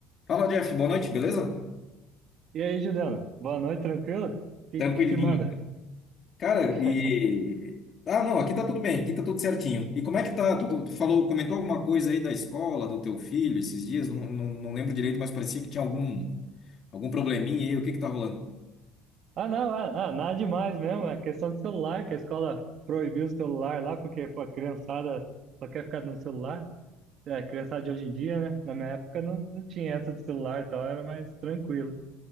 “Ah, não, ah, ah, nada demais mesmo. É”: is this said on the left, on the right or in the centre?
Right